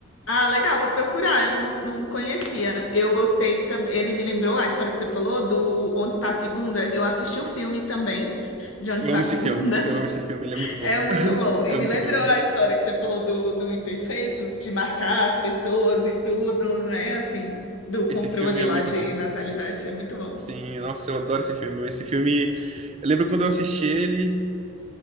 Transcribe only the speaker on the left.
ah, legal, vou procurar. Eu não, não conhecia. Eu gostei também. Ele me lembrou a história que você falou do Onde Está a Segunda. Eu assisti o filme também, de Onde
Está
a
Segunda.
<laughs>
É muito
bom. E
me
lembrou
a história que você falou do, do Imperfeitos, de marcar as pessoas e tudo, né? Assim, do controle
lá
de
natalidade. É muito bom.